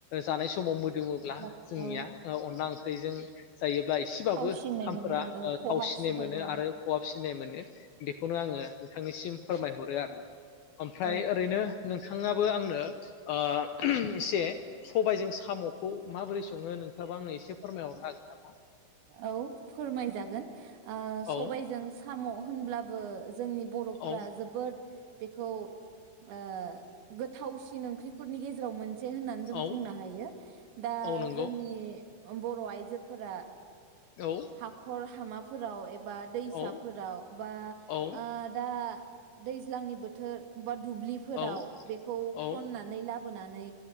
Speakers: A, on the left (about 70°); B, on the right (about 80°).
A: जानाय समाव दोङोब्ला
B: बा
A: जोंनिया
B: औ
A: अनला ओंख्रिजों जायोब्ला एसेबाबो
B: फावसिननायमोन
A: ओंखामफोरा
B: आरो औ खहाबसिनो
A: थाव सिननाय मोनो
B: औ
A: आरो खहाफसिन सिनाय मोनो। बेखौनो आङो नोंथांनिसिम फोरमायहरो आरो ओमफ्राय
B: औ
A: ओरैनो नोंथाङाबो आंनो ओ एसे सबायजों साम'खौ माबोरै सङो नों बा आंनो एसे फोरमायहरनो हागोन नामा?
B: औ फोरमायजागोन ओ
A: हागोन
B: सबायजों खाम' होनब्लाबो जोंनि बर'फोरा
A: औ
B: जोबोद बेखौ ओ गोथावसिन ओंख्रिफोरनि गेजेराव मोन से होननानै जों
A: औ
B: बुंनो हायो दा
A: औ नंगौ
B: जोंनि बर' आइजोफोरा
A: औ
B: हाखर हामाफोराव एब बा दैसाफोराव
A: औ
B: बा
A: औ
B: आ दा दैज्लांनि बोथोर बा दुब्लिफोराव
A: औ
B: बेखौ
A: औ
B: खननानै लाब बोनानै